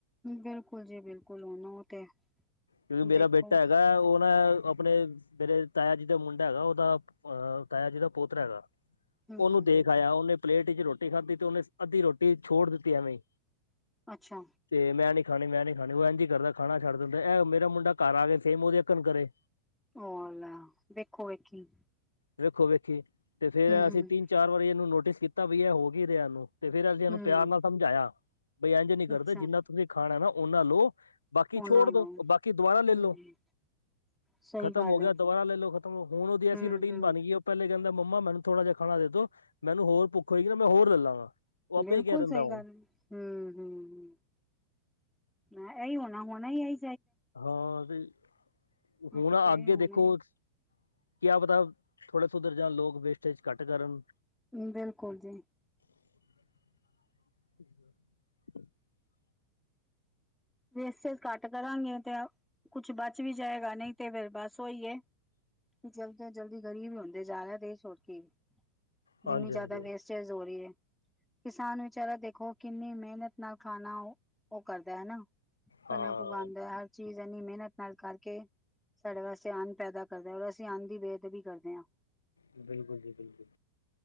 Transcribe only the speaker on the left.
ਕਿਉਕਿ ''ਮੇਰਾ
ਬੇਟਾ ਹੈਗਾ ਉਹ ਨਾ ਆਪਣੇ ਮੇਰੇ ਤਾਇਆ ਜੀ ਦਾ ਮੁੰਡਾ ਹੈਗਾ, ਉਹਦਾ ਅਹ ਤਾਇਆ ਜੀ ਦਾ ਪੋਤਰਾ ਹੈਗਾ।
ਉਹਨੂੰ
ਦੇਖ
ਆਇਆ, ਉਹਨੇ ਪਲੇਟ'ਚ ਰੋਟੀ ਖਾਧੀ ਤੇ, ਉਹਨੇ ਅੱਧੀ ਰੋਟੀ ਛੋੜ ਦਿੱਤੀ, ਐਵੇਂ
ਤੇ ਮੈਂਨੀ ਖਾਣੀ ਮੈਂ ਨੀ, ਖਾਣੀ ਉਹ ਇੰਝ ਹੀ ਕਰਦਾ, ਖਾਣਾ ਛੱਡਦੰਦਾ 'ਮੇਰਾ ਮੁੰਡਾ ਘਰ ਆ ਗਿਆ, ਸੇਮ ਉਹਦੇ ਅਕਣ ਕਰੇ।
ਵੇਖੋ- ਵੇਖੀ। ਤੇ, ਫੇਰ
ਅਸੀਂ
ਤਿੰਨ-ਚਾਰ ਵਾਰੀ ਇਹਨੂੰ ਨੋਟਿਸ ਕੀਤਾ ਵੀ ਇਹ ਹੋ ਕੀ ਰਿਹਾ, ਇਹਨੂੰ। ਤੇ, ਫੇਰ ''ਅਸੀਂ ਇਹਨੂੰ
ਪਿਆਰ ਨਾਲ ਸਮਝਾਇਆ ਬਈ। ਐੰਝ ਨੀ ਕਰਦੇ
ਜਿੰਨਾ ਤੁਸੀਂ ਖਾਣਾ ਨਾ ਉਹਨਾਂ ਨੂੰ ਬਾਕੀ
ਛੋੜ
ਦੋ ''ਉਹ ਬਾਕੀ ਦੁਬਾਰਾ ਲੇਲੋ
ਖ਼ਤਮ
ਹੋ ਗਿਆ, ਦੁਬਾਰਾ ਲੇਲੋ। ਖਤਮ ਹੋ, ਹੁਣ ''ਉਹਦੀ ਐਸੀ
ਰੂਟੀਨ
ਬਣ ਗਈ, ਉਹ ਪਹਿਲੇ ਕਹਿੰਦਾ ''ਮੰਮਾ ਮੈਨੂੰ ਥੋੜਾ ਜਿਹਾ ਖਾਣਾ ਦੇ- ਦੋ, ਮੈਨੂੰ ਹੋਰ ਭੁੱਖ ਹੋਏਗੀ ਨਾ, ਮੈਂ ਹੋਰ ਲੈ ਲਾਂਗਾ। ਉਹ ਆਪੇ
ਹੀ ਕਹਿ ਦਿੰਦਾ
ਹੁਣ
ਹਾਂ, ਵੀ <inaudible>
ਹੁਣ,
ਅੱਗੇ
ਦੇਖੋ ਕਿਆ ਪਤਾ। ਥੋੜੇ ਸੁਧਰ ਜਾਣ ਲੋਕ, ਵੇਸਟੇਜ ਘਟ ਕਰਨ
<inaudible>
ਹਾਂਜੀ
ਹਾਂਜੀ
ਹਾਂ
ਬਿਲਕੁਲ ਜੀ ਬਿਲਕੁਲ